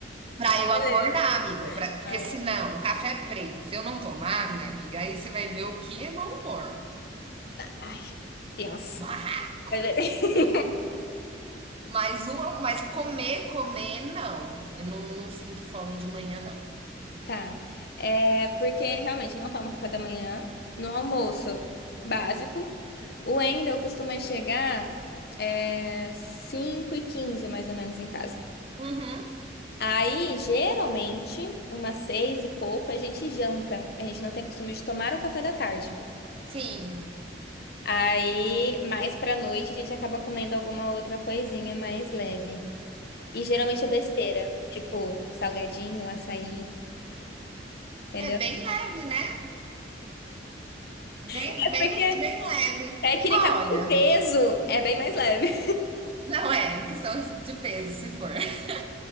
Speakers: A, on the right; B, on the left.
A: Pra eu
B: Beleza.
A: acordar, amiga, pra- porque
B: Ah,
A: senão, café é preto, se eu não tomar, minha amiga, aí você vai ver o que é mau humor.
B: Ai, tenso.
A: Barraco.
B: Beleza. <laughs>
A: Mas, o, mas comer, comer, não. Eu não, não sinto fome de manhã, não.
B: Tá. É porque realmente não tomo café da manhã. No almoço básico. O Wendel costuma chegar é, 5h15, mais ou menos, em casa.
A: Uhum,
B: Aí, geralmente, umas seis e pouco, a gente janta. A gente não tem costume de tomar o café da tarde.
A: sim.
B: Aí, mais pra noite, a gente acaba comendo alguma outra coisinha mais leve. E geralmente é besteira, tipo salgadinho, açaí, entendeu?
A: É bem leve, né? Bem,
B: É
A: bem,
B: porque
A: bem leve.
B: tecnicamente
A: Olha,
B: o peso é bem mais leve.
A: não é em questão de peso, se for. <laughs>